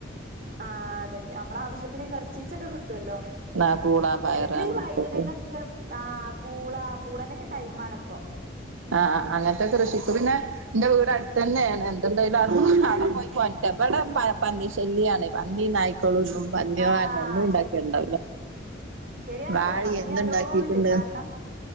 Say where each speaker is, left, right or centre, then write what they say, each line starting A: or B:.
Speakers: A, on the right (about 45°); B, on the right (about 85°).
A: ആ അതൊക്കെ നമ്മളെ ആവശ്യത്തിന് കൊർച്ചിച്ചൊക്കെ കിട്ടുവല്ലോ
B: ആ, പൂള പയറ്
A: അല്ലെങ്കിൽ
B: അങ്ങനത്തൊക്കെ
A: ഈ വൈതനങ്ങൊക്കെ ആ പൂള പൂളേന്റൊക്കെ ടൈമ് ആണിപ്പോ
B: ആഹ് അങ്ങനത്തെ കൃഷിക്ക് പിന്നെ ഇന്റെ വീട് അടുത്തന്നെണ് എന്തുണ്ടായാലും അവ്ടെ പോയി കോണ്ട്ര ഇവിടെ പന്നി ശെല്യാണ് പന്നി നാ <unintelligible> പന്നിയേൾ
A: ആ
B: കാരണം ഒന്നും ഉണ്ടാക്കിയണ്ടാവൂല
A: ശരി ശരിയാണേ
B: വാഴ
A: പന്നി
B: എന്ത്ണ്ടാക്കിട്ടെന്ത്
A: നല്ലോണ്ട് കാരണം